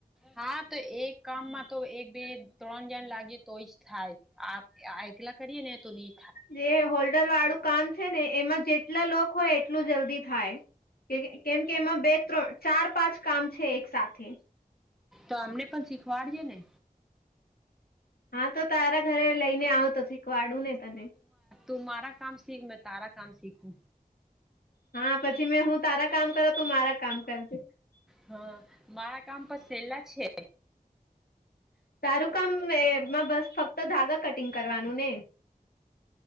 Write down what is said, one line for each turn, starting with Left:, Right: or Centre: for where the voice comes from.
Centre: હા તો એક કામમાં તો એક બે ત્રણ જણ લાગી તોય જ થાય. આપ એકલા કરીએ ને તો ની
Left: જે હોલ્ડર વાળું કામ છે ને એમાં જેટલા લોક હોય એટલું જલ્દી થાય. કે કેમ કે એમાં બે ત્રણ ચાર પાંચ કામ છે એક સાથે.
Centre: તો અમને પણ શીખવાડજે ને.
Left: હા તો તારા ઘરે લઈને આવતો ક વાળું ને તને.
Centre: તું મારા કામ સીખ મે તારા કામ સીખું.
Left: હા પછી મેં હું તારા કામ કરો તું મારા કામ કરજે
Centre: હા મારા કામ પર સેલા છે.
Left: સારું કામ એમાં બસ ફક્ત ધાગા કટિંગ કરવાનું ને.